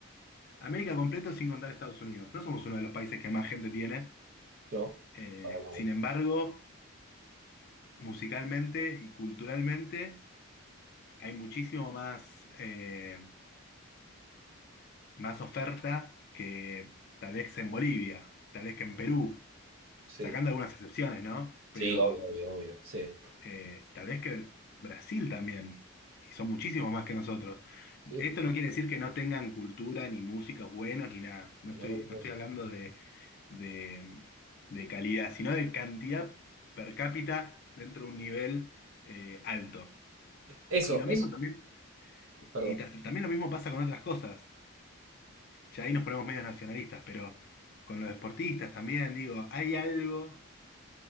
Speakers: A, on the left (about 45°); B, on the right (about 65°).
A: América completo sin contar Estados Unidos. No somos uno de los países que más gente tiene.
B: no,
A: Eh,
B: para nada.
A: sin embargo, musicalmente y culturalmente hay muchísimo más, eh, más oferta que tal vez en Bolivia, tal vez que en Perú,
B: Sí,
A: sacando algunas excepciones, ¿no?
B: sí,
A: Pero
B: obvio, obvio, obvio, sí.
A: eh, tal vez que Brasil también, y son muchísimos más que nosotros.
B: Sí,
A: Esto no quiere decir que no tengan cultura, ni música buenos, ni nada. No
B: no,
A: estoy,
B: no,
A: no
B: no.
A: estoy hablando de, de, de calidad, sino de cantidad per cápita dentro de un nivel eh, alto.
B: Eso,
A: Y lo mismo
B: es,
A: también,
B: perdón.
A: y ta- también lo mismo pasa con otras cosas. Ya ahí nos ponemos medios nacionalistas, pero con los deportistas también, digo, hay algo